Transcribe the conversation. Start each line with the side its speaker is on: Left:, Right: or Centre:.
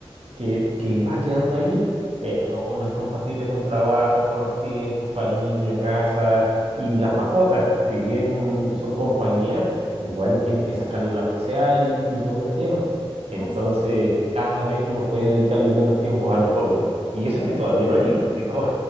Right: que, que va quedando ahí, pero no, no es compatible con trabajo, con los tiempos, familia, casa y las mascotas. Si bien son compañía, igual tienes que sacarla a pasear y, y todo el tema. Entonces,
Left: Ay, sí,
Right: cada vez uno puede dedicarle menos tiempo a los hobbies. Y eso
Left: este.
Right: que todavía no hay hijos, que todo